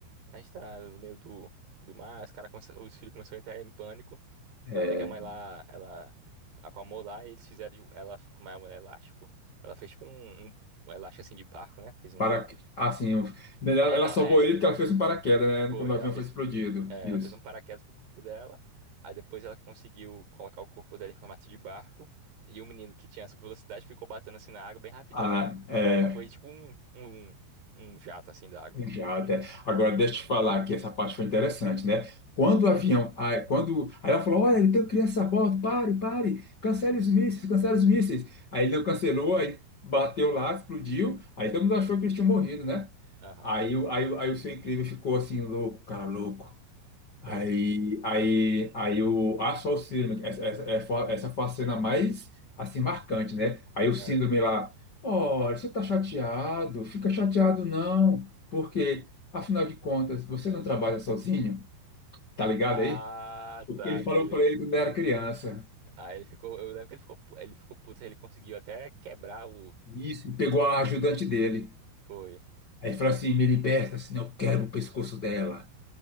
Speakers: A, on the right; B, on the left.
A: A gente tá no meio do, do mar, os, cara começa- os filhos começaram a entrar em pânico.
B: É,
A: Até que a mãe lá, ela acalmou lá e eles fizeram, de- ela como é um elástico, ela fez tipo um, um, um elástico assim de barco, né? Fez um.
B: para, assim, um- ela
A: É,
B: ela
A: não,
B: salvou
A: é,
B: ele porque ela fez um paraquedas,
A: foi.
B: né? Quando o avião
A: Ela fez,
B: foi explodido.
A: é,
B: Isso.
A: ela fez um paraquedas com o corpo dela. Aí depois ela conseguiu colocar o corpo dela em formato de barco. E o menino que tinha essa velocidade ficou batendo assim na água bem rapidão.
B: Ah, é.
A: Aí foi tipo um, um, um um jato assim da água.
B: Já até. Agora, deixa eu te falar que essa parte foi interessante, né? Quando o
A: Hum.
B: avião. Aí, quando, aí ela falou: Olha, ele tem criança a bordo, pare, pare, cancele os mísseis, cancele os mísseis. Aí ele não cancelou, aí bateu lá, explodiu. Aí todo mundo achou que eles tinham morrido, né?
A: Aham.
B: Aí, o- aí, o- aí o seu incrível ficou assim, louco, cara, louco.
A: Foi.
B: Aí, aí, aí o, a só o síndrome, essa, essa, é fo- essa foi a cena mais, assim, marcante, né? Aí
A: Ah,
B: o síndrome lá, olha, você tá chateado, fica chateado não, porque, afinal de contas, você não trabalha sozinho, tá ligado aí?
A: Ah,
B: O
A: tá,
B: que ele
A: querido.
B: falou pra ele quando ele era criança.
A: Aí ele ficou, eu lembro que ele ficou, pu- ele ficou puto, ele conseguiu até quebrar o.
B: Isso, e pegou a ajudante dele.
A: Foi.
B: Aí falou assim, me liberta, senão eu quebro o pescoço dela.